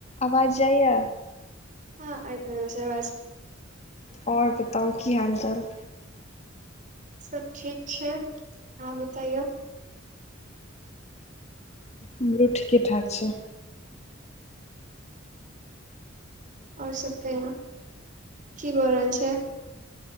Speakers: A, on the left (about 35°); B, on the right (about 40°).
A: आवाज जाइ यऽ
B: हँ आइब रहल छै अवाज
A: और बताउ की हाल चाल
B: सब ठीक छै आहा बतैयो
A: हमरो ठीके ठाक छै
B: और सब कहियो की भऽ रहल छै